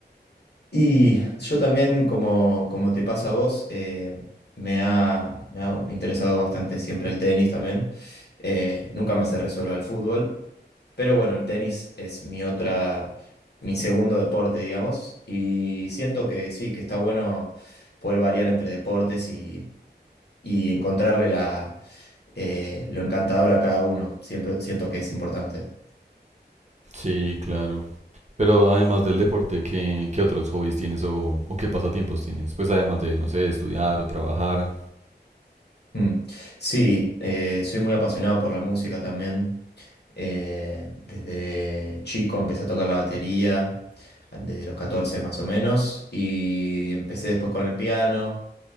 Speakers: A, on the left (about 70°); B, on the right (about 40°).
A: Y yo también, como, como te pasa a vos, eh, me ha, me ha interesado bastante siempre el tenis también. Eh, nunca me cerré solo al fútbol, pero bueno, el tenis es mi otra, mi segundo deporte, digamos, y siento que sí, que está bueno poder variar entre deportes y, y encontrarle la, eh, lo encantador a cada uno. Siempre siento que es importante.
B: Sí, claro. Pero además del deporte, ¿qué, qué otros hobbies tienes o, o qué pasatiempos tienes? Pues además de, no sé, estudiar o trabajar.
A: Mm. Sí, eh, soy muy apasionado por la música también. Eh, desde chico empecé a tocar la batería, desde los 14 más o menos, y empecé después con el piano,